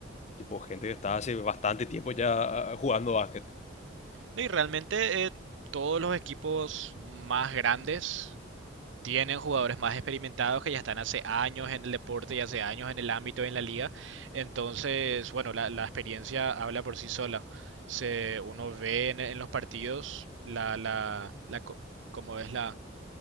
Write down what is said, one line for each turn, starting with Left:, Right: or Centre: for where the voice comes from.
Left: tipo gente que está hace bastante tiempo ya jugando básquet.
Right: no, y realmente eh, todos los equipos más grandes Tienen jugadores más experimentados que ya están hace años en el deporte y hace años en el ámbito y en la liga. Entonces, bueno, la, la experiencia habla por sí sola. Se, uno ve en, en los partidos la, la, la co- cómo es la,